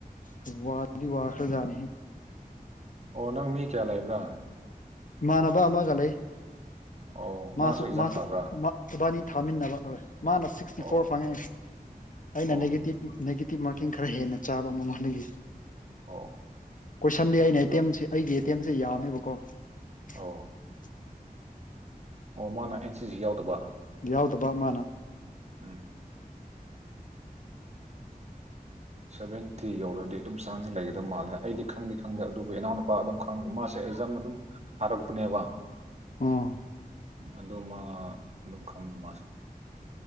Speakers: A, on the left; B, on the right.
A: ꯑꯁ ꯋꯥꯗꯤ ꯋꯥꯈ꯭ꯔꯥꯖꯥꯠꯅꯤ
B: ꯑꯣ ꯅꯪ ꯃꯤ ꯀꯌꯥ ꯂꯩꯕ꯭ꯔꯥ
A: ꯏꯃꯥꯟꯅꯕ ꯑꯃꯒ ꯂꯩ
B: ꯑꯣ
A: ꯃꯥꯁꯨ-ꯃꯥꯁꯨ
B: ꯃꯥꯁꯨ ꯑꯦꯛꯖꯥꯝ ꯊꯥꯕ꯭ꯔꯥ
A: ꯃꯥ ꯏꯕꯥꯟꯅꯤ ꯊꯥꯃꯤꯟꯅꯕ ꯍꯣꯏ ꯃꯥꯅ ꯁꯤꯛꯁꯇꯤ
B: ꯑꯣ
A: ꯐꯣꯔ ꯐꯪꯉꯦ ꯑꯩꯅ
B: ꯑꯣ ꯑꯣ
A: ꯅꯦꯒꯦꯇꯤꯞ-ꯅꯦꯒꯦꯇꯤꯞ ꯃꯥꯔꯀꯤꯡ ꯈꯔ ꯍꯦꯟꯅ ꯆꯥꯕ ꯃꯉꯣꯟꯗꯒꯤ
B: ꯑꯣ
A: ꯀꯣꯏꯁꯟꯗꯤ ꯑꯩꯅ
B: ꯑꯗꯨ
A: ꯑꯦꯇꯦꯝꯁꯦ ꯑꯩꯒꯤ ꯑꯦꯇꯦꯝꯁꯦ ꯌꯥꯝꯃꯦꯕꯀꯣ <inaudible>
B: ꯑꯧ ꯑꯣ ꯃꯥꯅ ꯑꯦꯟ ꯁꯤ ꯁꯤ ꯌꯥꯎꯗꯕ
A: ꯌꯥꯎꯗꯕ ꯃꯥꯅ
B: ꯎꯝ ꯍꯝ ꯁꯚꯦꯟꯇꯤ ꯌꯧꯔꯗꯤ ꯑꯗꯨꯝ ꯆꯥꯡꯁ ꯂꯩꯒꯗꯕ ꯃꯥꯜꯂꯦ ꯑꯩꯗꯤ ꯈꯪꯗꯤ ꯈꯪꯗꯦ ꯑꯗꯨꯕꯨ ꯏꯅꯥꯎꯅꯨꯄꯥ ꯑꯗꯨꯝ ꯈꯪ ꯃꯥꯁꯦ ꯑꯦꯛꯖꯥꯝ ꯑꯗꯨꯝ ꯊꯥꯔꯛꯄꯅꯦꯕ
A: ꯎꯝ
B: ꯑꯗ‌ꯣ ꯃꯥ ꯑꯗꯨꯝ ꯈꯪꯉꯤ ꯃꯥꯁꯦ